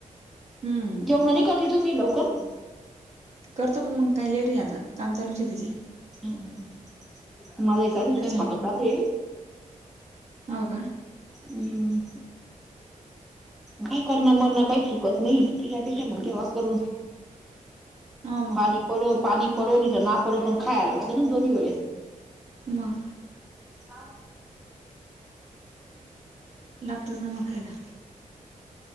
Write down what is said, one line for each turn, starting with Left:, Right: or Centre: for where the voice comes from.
Right: हम्म
Centre: जेवण नाही करती तुम्ही लवकर?
Right: करतो पण मग काही लेट आता काम चालूच शेतीचे
Centre: हम्म, माझ हे चालू ये स्वयंपाक
Right: त्याच्यामुळं
Centre: चालुये
Right: हो का
Centre: हम् काय करणार मरण काही चुकत नाही त्याच्या पेक्षा म्हणून घ्याव करून
Right: हो मग
Centre: पाणी पड पाणी पडो तर ना पडो पण खायला लागेल ना दोन्ही वेळेस
Right: मग
Centre: हा
Right: लागतोच ना मग खायला